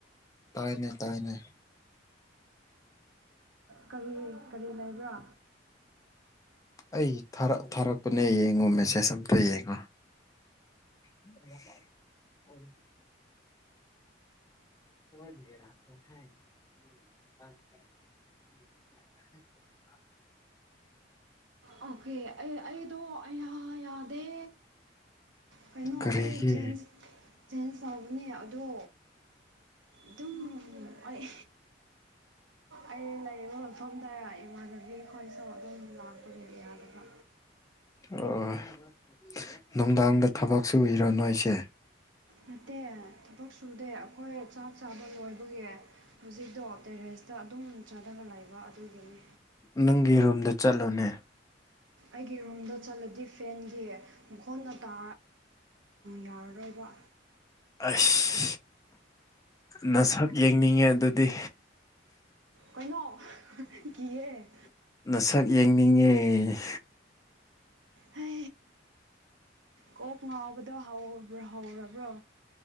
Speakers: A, on the left (about 20°); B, on the right (about 80°).
A: ꯇꯥꯏꯅꯦ ꯇꯥꯏꯅꯦ
B: ꯀꯔꯤ ꯀꯔꯤ ꯂꯩꯕ꯭ꯔꯥ
A: ꯑꯩ ꯊꯥꯔꯛꯄꯅꯦ ꯌꯦꯡꯉꯣ ꯃꯦꯁꯦꯖ ꯑꯝꯇ ꯌꯦꯡꯉꯣ ꯎ ꯑꯣ <inaudible>
B: ꯑꯣꯀꯦ ꯑꯩ ꯑꯩꯗꯣ ꯑ ꯌꯥꯗꯦ ꯀꯩꯅꯣ
A: ꯀꯔꯤꯒꯤ
B: ꯑꯩ ꯖꯦꯟꯁ ꯖꯦꯟꯁ ꯇꯧꯕꯅꯦ ꯑꯗꯣ ꯑꯗꯨꯝ ꯑꯩ ꯑꯩ ꯂꯩꯕ ꯃꯐꯝꯗ ꯏꯃꯥꯟꯅꯕꯤ ꯈꯣꯏꯁꯨ ꯑꯗꯨꯝ ꯂꯥꯛꯄꯒꯤꯕ ꯌꯥꯗꯕ
A: ꯑꯣ <unintelligible> ꯅꯨꯡꯗꯥꯡꯗ ꯊꯕꯛꯁꯨ ꯎꯏꯔꯣ ꯅꯣꯏ ꯑꯩꯁꯦ
B: ꯅꯠꯇꯦ ꯊꯕꯛ ꯁꯨꯗꯦ ꯑꯩꯈꯣꯏ ꯆꯥꯛ ꯆꯥꯕ ꯂꯣꯏꯕꯒꯤ ꯍꯧꯖꯤꯛꯇꯣ ꯇꯦꯔꯦꯁ ꯁꯤꯗ ꯑꯗꯨꯝ ꯆꯥꯊꯅ ꯂꯩꯕ ꯑꯗꯨꯒꯤꯅꯤ
A: ꯅꯪꯒꯤ ꯔꯨꯝꯗ ꯆꯠꯂꯨꯅꯦ
B: ꯑꯩꯒꯤ ꯔꯨꯝꯗ ꯆꯠꯂꯗꯤ ꯐꯦꯟꯒꯤ ꯃꯈꯣꯟꯅ ꯇꯥ ꯌꯥꯔꯔꯣꯏꯕ
A: ꯑꯁ ꯅꯁꯛ ꯌꯦꯡꯅꯤꯡꯉꯦ ꯑꯗꯨꯗꯤ
B: ꯀꯩꯅꯣ ꯀꯌꯦ
A: ꯅꯁꯛ ꯌꯦꯡꯅꯤꯡꯏꯤ
B: ꯍ ꯀꯣꯛ ꯉꯥꯎꯕꯗꯣ ꯍꯥꯎꯕ꯭ꯔꯣ ꯍꯧꯥꯎꯔꯕ꯭ꯔꯣ